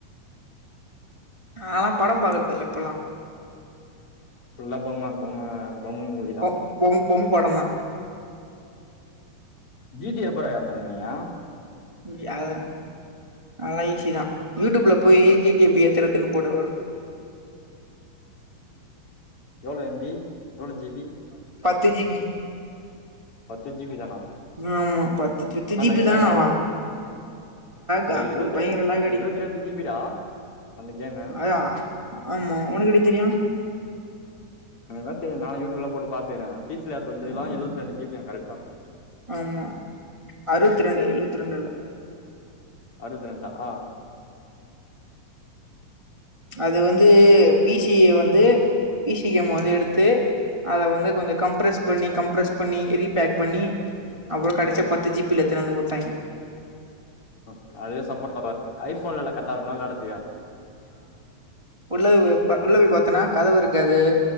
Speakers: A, on the right; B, on the left.
A: நாலா படம் பாக்கறது இல்ல இப்பலா
B: உள்ள போமா போமா பொம்ம மூவி தா
A: பொம் பொம் பொம் படந்தா
B: ஜீட்டி எப்பரா ஏத்தன் நீயா
A: யாத அல்லா ஈஸிதா யூடியூப்ல போய் ஜிட்டி எப்டி ஏத்தரதுன்னு போடு வரு
B: எவ்ளோ எம்பி எவ்ளோ ஜிபி
A: த்து ஜீபி
B: பத்து ஜுபி தானா
A: ஆமா பத் துத்து
B: ஆனா
A: ஜுபி
B: லைட்டா
A: தானாவா
B: லேக்
A: கா
B: டேய் எழுவத்தி
A: பயங்கர
B: ரெண்டு
A: லக அடி
B: எழுவத்தி ரெண்டு ஜி பி டா அந்த கேமு
A: அயா ஆமா உனக் எப்டி தெரியு
B: அதா தெ நா யூடியூப்ல போட்டு பாத்தேரன் பீஸ்ல ஏத்ததுல்ல
A: ம்
B: எழுவத்து ரெண்டு ஜிபி யங்க த
A: ஆமா அறுவத்து ரெண்டு எழுவத்தி ரெண்டுல
B: அறுவத்து ரெண்டா ஆ
A: அது வந்து
B: ஓ
A: பிசிஏ வந்து இசி கேம் வந்து எடுத்து அத வந்து கொஞ்சோ கம்ப்ரஸ் பண்ணி கம்ப்ரெஸ் பண்ணி ரீபேக் பண்ணி அப்றோ கடசியா
B: ம்
A: பத்து ஜிபில எத்துனு வந்து போட்டாய்ங்க
B: அ அதுவே சப்போர்ட் ஆகாது ஐபோன்ல்லா கரெக்ட்டா இருக்கும்ல விளாட்றக்கு
A: உள்ளவி உள்ள போய் பாத்தன்னா கதவு இருக்காது